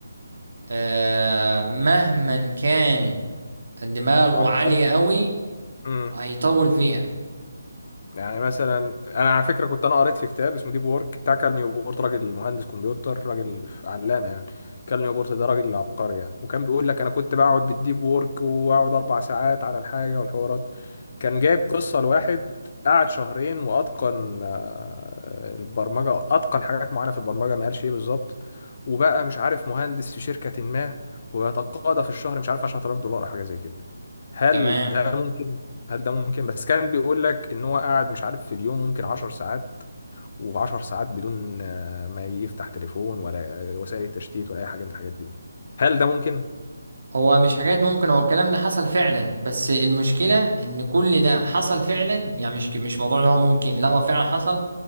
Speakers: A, on the right; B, on the left.
A: آه مهما كان دماغه
B: عبقري
A: عاليه قوي
B: امم
A: هيطول فيها
B: يعني مثلا انا على فكره كنت انا قريت في كتاب اسمه ديب وورك بتاع كال نيوبورت راجل مهندس كمبيوتر راجل علامه يعني كال نيوبورت ده راجل عبقري يعني وكان بيقول لك انا كنت بقعد بالديب وورك واقعد اربع ساعات على الحاجه والحوارات كان جايب قصه لواحد قعد شهرين واتقن آه، البرمجه اتقن حاجات معينه في البرمجه ما قالش ايه بالظبط وبقى مش عارف مهندس في شركه ما ويتقاضى في الشهر مش عارف 10000 دولار او حاجه زي كده هل
A: تمام
B: ده ممكن هل ده ممكن بس كان بيقول لك ان هو قاعد مش عارف في اليوم ممكن 10 ساعات و10 ساعات بدون آه، ما يفتح تليفون ولا آه، وسائل تشتيت ولا اي حاجه من الحاجات دي هل ده ممكن
A: هو مش حكاية ممكن هو الكلام ده حصل فعلا بس المشكلة ان كل ده حصل فعلا يعني مش مش موضوع اللي هو ممكن لا هو فعلا حصل